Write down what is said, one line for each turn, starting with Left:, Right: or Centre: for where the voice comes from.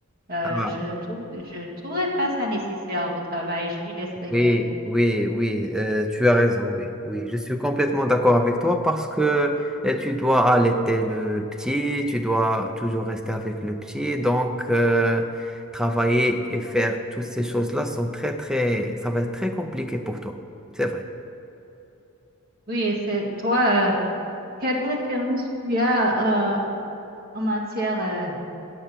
Right: euh,
Centre: Ah,
Right: je ne trouve, je ne trouverai pas ça nécessaire de travail. Je lui laisserai
Centre: oui,
Right: gérer.
Centre: oui, oui, euh, tu as raison, oui, oui, je suis complètement d'accord avec toi parce que euh, tu dois allaiter le petit, tu dois toujours rester avec le petit, donc euh, travailler et faire toutes ces choses-là sont très, très, ça va être très compliqué pour toi, c'est vrai.
Right: Oui, et c'est toi, euh, quelle préférence tu as euh, en matière euh,